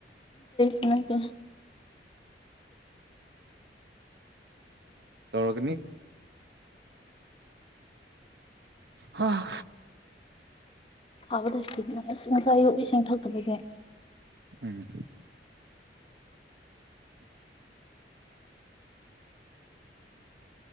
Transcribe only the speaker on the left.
ꯍ ꯇꯣ
ꯁꯥꯕꯗꯇꯦꯅꯦ ꯑꯁ ꯉꯁꯥꯏ ꯑꯨ ꯏꯁꯤꯡ ꯊꯛꯇꯕꯒꯤꯦ